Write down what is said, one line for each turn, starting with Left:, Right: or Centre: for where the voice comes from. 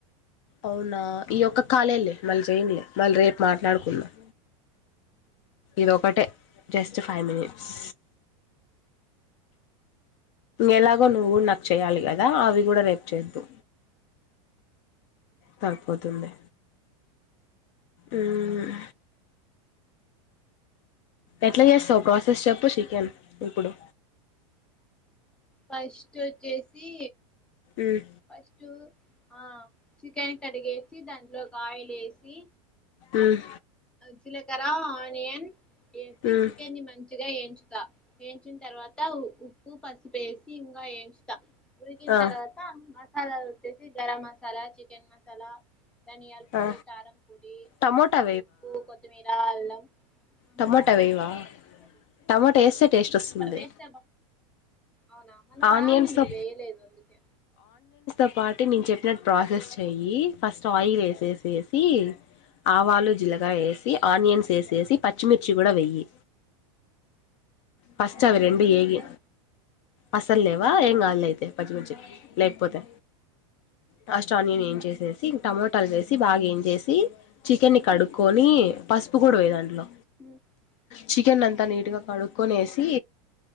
Left: అవునా ఈ ఒక్క కాలే ళ్లే మళ్ళీ చేయలే మళ్ళీ రేపు మాట్లాడుకుందం ఇదొకటే జస్ట్ ఫైవ్ మినిట్స్ ఏలాగో నువ్వు గూడ నాకు చెయ్యాలి కదా అవి గూడా రేపు చేద్దు సారిపోతుంది ఉమ్ ఎట్లా జేస్తావ్ ప్రాసెస్ చెప్పు చికెన్ ఇప్పుడు.
Centre: ఫస్టచ్చేసి
Left: మ్మ్
Centre: ఫస్ట్ ఆహ్ చికెన్ కడిగేసి దాంట్లో ఆయిల్ ఏసి.
Left: మ్మ్
Centre: జీలకర ఆనియన్ ఏసి
Left: మ్మ్
Centre: చికెని మంచి గా ఏయించుతా ఏయించిన్ తర్వాత ఉప్పు పసుపేసి ఇంకా వెయించుతా ఉడికిిన్
Left: ఆ
Centre: తర్వాత మసాలా వట్టేసి గరం మసాలా చికెన్ మసాలా ధనియాల పొడి
Left: ఆ
Centre: కారం పొడి
Left: టమోటా
Centre: ఉప్పు కొత్తిమీర అల్లం ఆహా
Left: టమటా
Centre: టమాటా
Left: వేయవా టమటా ఎస్తే టేస్ట్ వస్తుంది
Centre: వేస్తా అవునా మొన్న బాగా
Left: ఆనియన్స్
Centre: ఉండింది
Left: తో
Centre: వేయలేదు అందుకే.
Left: స్వాతి నేను చెప్పినట్టు ప్రాస్సెస్ చెయ్యి ఫస్ట్ ఆయిల్ వేసేసి ఆవాలు. జిలకర వేసి ఆనియన్స్ వేసేసి పచ్చిమిర్చి గూడా వెయ్యి ఫస్ట్
Centre: పచ్చిమిర్చి
Left: అవి రెండు
Centre: లేదే
Left: ఏగి అస్సల్ లేవా ఏంకాదు లే అయితే పచ్చి మిర్చి లేకపోతే ఫస్ట్ ఆనియన్
Centre: ఉమ్,
Left: ఏం ఏంచేసేసియ్ ఇం టమటో ట్టల్ వేసి బాగా ఏంచేసేసి చికెన్ని కడుక్కొని
Centre: ఉమ్,
Left: పసుపు గూడా వెయ్ దాంట్లో
Centre: ఉమ్,
Left: చికెనంతా
Centre: ఉమ్,
Left: నీట్గా కడుక్కొనేసి